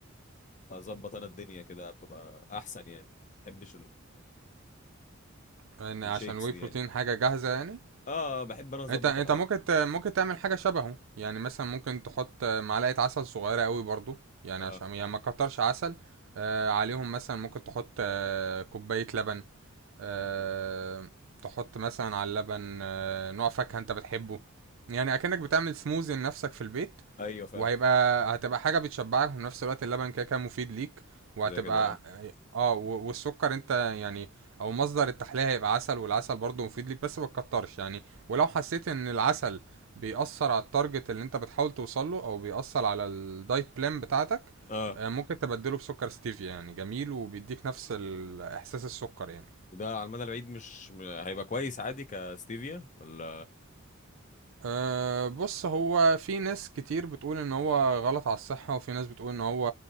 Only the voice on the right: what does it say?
لان
عشان الواي
بروتين
حاجة جاهزة يعني
انت انت
ممكن ت- ممكن تعمل حاجة شبهه يعني مثلا ممكن تحط آه، معلقة عسل صغيرة اوي برضو يعني
عشان يعني ما كترش عسل آه، عليهم مثلا ممكن تحط آه، كوباية لبن آه،
تحط مثلا على اللبن آه، نوع فاكهة انت بتحبه يعني اكنك بتعمل سموزي لنفسك في البيت
وهيبقى هتبقى حاجة بتشبعك وفي نفس الوقت اللبن كده كده مفيد ليك وهتبقى
اه آه، و- والسكر انت يعني او مصدر التحلية هيبقى عسل والعسل برضه مفيد ليك بس ما تكترش يعني ولو حسيت ان العسل بيأثر على التارجت اللي انت بتحاول توصله او بيأثر على الدايت بلان بتاعتك
آه، ممكن تبدله بسكر ستيفيا يعني جميل وبيديك نفس ال- احساس السكر يعني
أه بص هو في ناس كتير بتقول ان هو غلط على الصحة وفي ناس بتقول ان هو